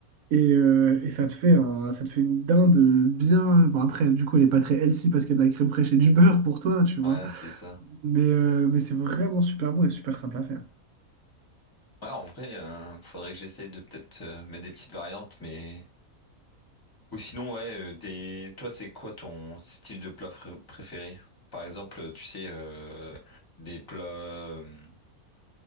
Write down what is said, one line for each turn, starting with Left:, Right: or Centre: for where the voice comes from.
Right: et, euh, et ça te fait un... ça te fait une dinde bien... Bon après, du coup, elle n'est pas très healthy parce qu'il y a de la crème fraîche et du beurre pour toi, tu vois.
Left: Ouais, c'est ça.
Right: Mais, euh, mais c'est vraiment super bon et super simple à faire.
Left: Ouais, en vrai, euh, faudrait que j'essaie de peut-être euh, mettre des petites variantes, mais Ou sinon, ouais, euh, des... toi, c'est quoi ton style de plat fr- préféré? Par exemple, tu sais, euh, des plats euh,